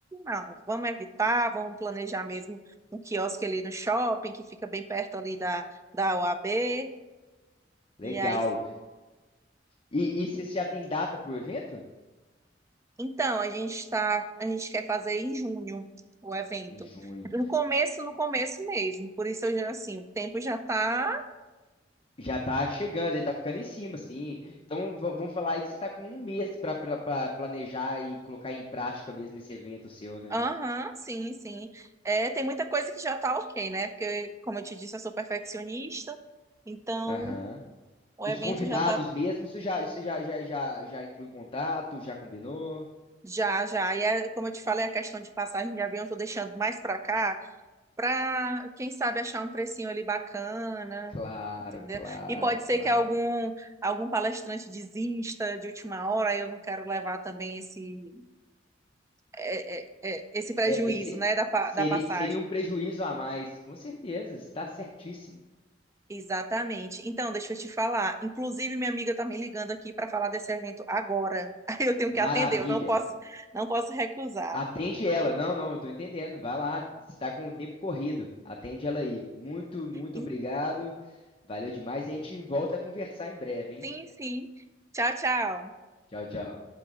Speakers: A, on the right (about 15°); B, on the left (about 30°).
A: não, vamos evitar, vamos planejar mesmo um quiosque ali no shopping que fica bem perto ali da, da OAB,
B: Legal.
A: e aí,
B: E, e você já tem data pro evento?
A: então, a gente está, a gente quer fazer em junho o evento.
B: Em junho.
A: No começo, no começo mesmo, por isso eu já, assim, o tempo já está
B: Já tá chegando, já tá ficando em cima, assim. Então va- vamos falar aí que você tá com um mês pra pra- pra planejar e colocar em prática mesmo esse evento seu, né?
A: Aham, sim, sim. É, tem muita coisa que já tá ok, né? Porque, como eu te disse, eu sou perfeccionista, então
B: Aham.
A: o
B: Os
A: evento
B: convidados
A: já tá
B: mesmo, você já, você já, já, já, já entrou em contato, já combinou?
A: já, já. E é, como eu te falei, a questão de passagem de avião eu tô deixando mais pra cá, pra, quem sabe, achar um precinho ali bacana,
B: Claro,
A: entendeu?
B: claro,
A: E pode ser
B: claro.
A: que algum, algum palestrante desista de última hora, aí eu não quero levar também esse, é, é, é, esse prejuízo,
B: É, esse
A: né, da, pa-
B: seria,
A: da passagem.
B: seria um prejuízo a mais, com certeza, está certíssima.
A: Exatamente. Então, deixa eu te falar. Inclusive, minha amiga está me ligando aqui para falar desse evento agora. <laughs> Aí eu tenho
B: Maravilha.
A: que atender, eu não posso, não posso recusar.
B: Atende ela. Não, não, eu tô entendendo. Vai lá, está com o tempo corrido. Atende ela aí. Muito, muito
A: E-
B: obrigado. Valeu demais e a gente volta a conversar em breve, hein?
A: Sim, sim. Tchau, tchau.
B: Tchau, tchau.